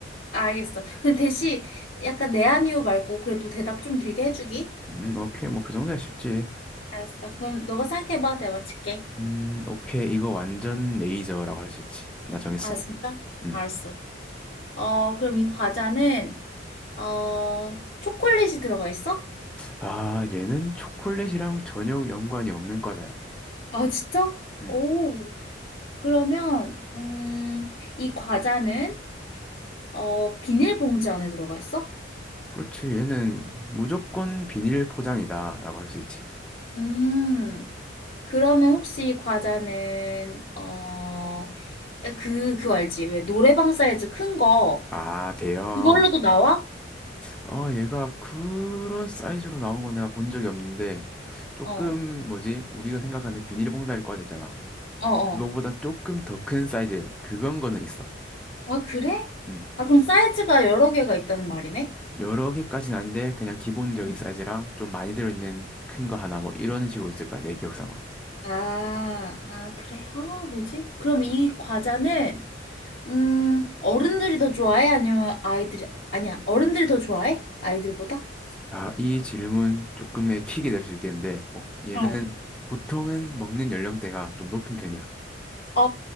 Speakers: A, on the left (about 55°); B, in the centre.
A: 알겠어. 근데 대신 약간 네 아니요 말고 그래도 대답 좀 길게 해주기?
B: 음, 오케이, 뭐 그 정도야 쉽지.
A: 알았어. 그럼 너가 생각해봐. 내가 맞힐게.
B: 음, 오케이, 이거 완전 레이저라고 할 수 있지. 나 정했어.
A: 아, 진짜?
B: 음.
A: 알았어. 어, 그럼 이 과자는, 어, 초콜릿이 들어가 있어?
B: 아, 얘는 초콜릿이랑 전혀 연관이 없는 과자야.
A: 아, 진짜?
B: 음.
A: 오. 그러면 음, 이 과자는 어, 비닐봉지 안에 들어가 있어?
B: 그렇지. 얘는 무조건 비닐 포장이다라고 할 수 있지.
A: 음, 그러면 혹시 이 과자는 어, 그, 그거 알지? 왜 노래방 사이즈 큰 거,
B: 아, 대형.
A: 그걸로도 나와?
B: 어, 얘가 그런 사이즈로 나온 건 내가 본 적이 없는데, 조금,
A: 어, 어,
B: 뭐지, 우리가 생각하는 비닐봉다리 과자 있잖아.
A: 어.
B: 그거보다 조금 더 큰 사이즈. 그건 거는 있어.
A: 아, 그래?
B: 음.
A: 아, 그럼 사이즈가 여러 개가 있다는 말이네?
B: 여러 개까지는 아닌데, 그냥 기본적인
A: 음.
B: 사이즈랑 좀 많이 들어있는 큰 거 하나, 뭐, 이런 식으로 있을 거야, 내 기억상으로.
A: 아, 아, 그래? 아, 뭐지? 그럼 이 과자는 음, 어른들이 더 좋아해? 아니면 아이들이, 아니야, 어른들이 더 좋아해? 아이들보다?
B: 아, 이 질문 조금의 킥이 될 수 있겠는데, 어, 얘는
A: 어.
B: 보통은 먹는 연령대가 좀 높은 편이야.
A: 아,